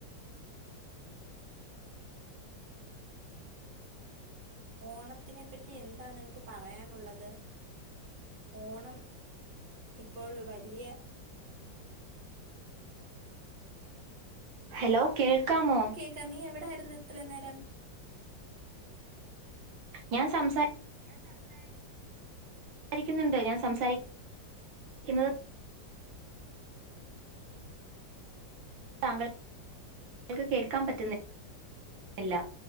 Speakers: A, on the right; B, on the right.
A: ഓണത്തിനെപ്പറ്റി എന്താ നിനക്ക് പറയാനുള്ളത് ഓണം ഇപ്പോൾ വലിയ
B: ഹലോ കേൾക്കാമോ
A: കാം നീ എവിടൊയിരുന്നു ഇത്ര നേരം
B: ഞാ സംസാ
A: ഞാൻ സംസാരി
B: സംസാരിക്കുന്നുണ്ടോ ഞാൻ സംസാരിക്കുന്നത് താങ്കൾ താങ്കൾക്ക് കേൾക്കാൻ പറ്റുന്നില്ല